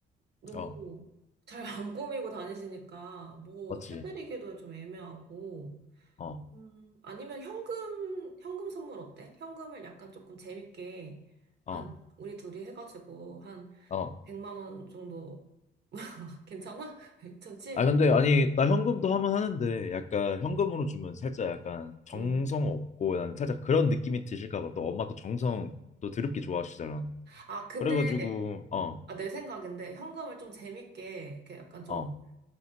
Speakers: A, on the right; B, on the left.
A: 너무
B: 어,
A: 잘 안 꾸미고 다니시니까 뭐
B: 맞지?
A: 해드리기도 좀 애매하고
B: 어,
A: 음, 아니면 현금 현금 선물 어때? 현금을 약간 조금 재밌게 한
B: 어,
A: 우리 둘이 해가지고 한
B: 어.
A: 100만 원 정도 <laughs> 괜찮아? <laughs> 괜찮지?
B: 아, 근데 아니, 나 현금도 하면 하는데 약간 현금으로 주면 살짝 약간 정성
A: 음.
B: 없고 난 살짝 그런 느낌이 드실까 봐. 또 엄마 또 정성 또 드럽게 좋아하시잖아.
A: 아 근데
B: 그래가지고 어,
A: 아, 내 생각인데 현금을 좀 재밌게 이렇게 약간 좀
B: 어.